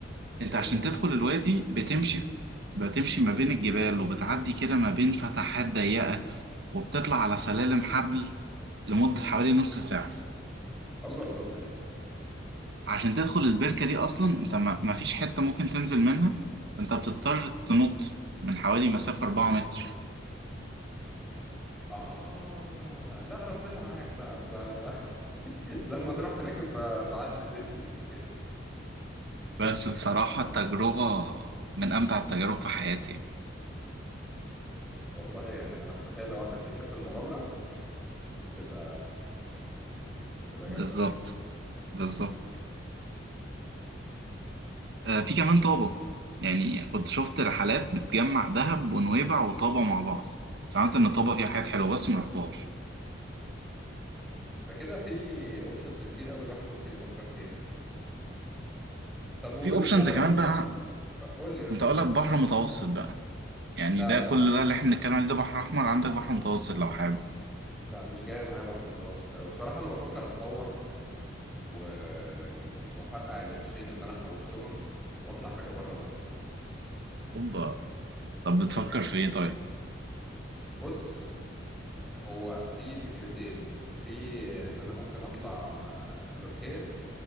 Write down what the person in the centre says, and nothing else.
جميل
الله الله الله
اه لا ربنا معاك بقى, بقى. <laughs> لما تروح هناك ابقى ابعت لي سيلفي <laughs>
والله يعني انا متخيل لو واحد بيحب المغامره هتبقى هتبقى جامده
قوي
فكده في اوبشنز كتير قوي الواحد ممكن يفكر فيها طب وبالنسبة
ل...
قول لي قول
لي
لا
لا
لا لا
لا مش جاية معايا بحر متوسط أوي بصراحة أنا بفكر أتهور و... وأفرقع القرشين اللي أنا حوشتهم وأطلع حاجة بره مصر
آه،
بص هو في فكرتين في إن أنا ممكن أطلع آه، تركيا